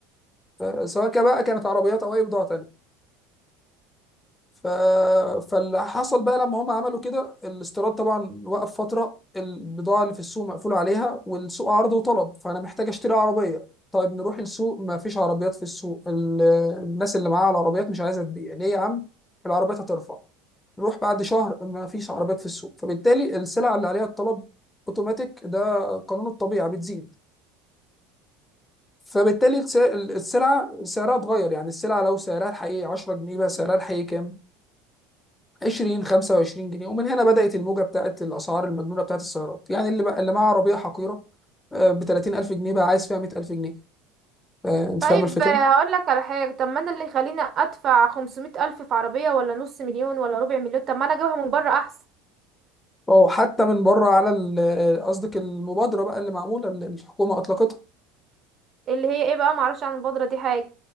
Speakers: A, on the left; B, on the right.
A: آه، سواء كان بقى كانت عربيات او اي بضاعه تانية ف... فاللي حصل بقى لما هم عملوا كده الاستيراد طبعا وقف فتره البضاعه اللي في السوق مقفول عليها والسوق عرض وطلب فانا محتاج اشتري عربيه طيب نروح السوق ما فيش عربيات في السوق ال... الناس اللي معاها العربيات مش عايزه تبيع ليه يا عم العربيات هترفع نروح بعد شهر ما فيش عربيات في السوق فبالتالي السلع اللي عليها الطلب اوتوماتيك ده قانون الطبيعه بتزيد فبالتالي الس- السلعة سعرها اتغير يعني السلعة لو سعرها الحقيقي 10 جنيه بقى سعرها الحقيقي كام؟ 20 25 جنيه ومن هنا بدأت الموجة بتاعت الأسعار المجنونة بتاعت السيارات يعني اللي بقى اللي معاه عربية حقيرة ب 30000 جنيه بقى عايز فيها 100000 جنيه آه، أنت
B: طيب
A: فاهم الفكرة؟
B: آه، هقول لك على حاجه طب ما انا اللي يخليني ادفع خمسمائة الف في عربيه ولا نص مليون ولا ربع مليون طب ما انا اجيبها من بره احسن
A: أو حتى من بره على ال- قصدك المبادرة بقى اللي معمولة اللي الحكومة أطلقتها
B: اللي هي ايه بقى معرفش عن البودره دي حاجه